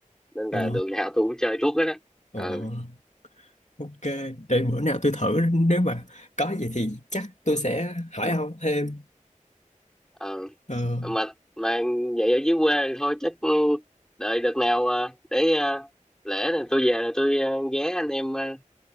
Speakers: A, in the centre; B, on the left.
A: nên
B: ờ
A: là đường nào tôi cũng chơi tuốt hết á
B: ờ
A: ờ
B: ờ. Ok, để bữa nào tôi thử nếu mà có gì thì chắc tôi sẽ hỏi ông thêm.
A: ờ
B: Ờ,
A: mà mà vậy ở dưới quê thì thôi chắc ừ, đợi đợt nào ờ, để ờ, lễ này tôi về là tôi ờ, ghé anh em ờ,